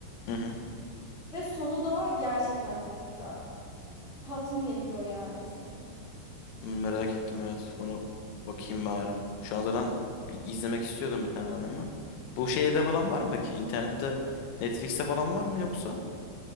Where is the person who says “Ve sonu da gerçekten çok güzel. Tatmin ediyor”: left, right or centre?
Centre